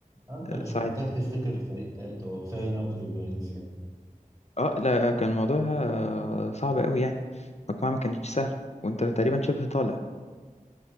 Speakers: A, on the right; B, on the left.
A: آه، أنت مش
B: ساعد
A: محتاج تفتكر الفريق التالت هو كفاية نابولي وباريس يعني
B: اه لا كان الموضوع آه، صعب قوي يعني المجموعة ما كانتش سهلة وانت تقريبا شبه طالع